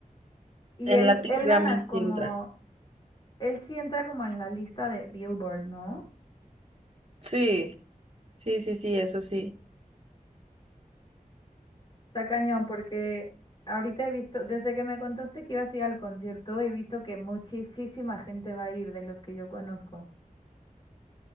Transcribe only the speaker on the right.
En
Latin
Grammys
sí entra.
Sí, sí, sí, sí, eso sí.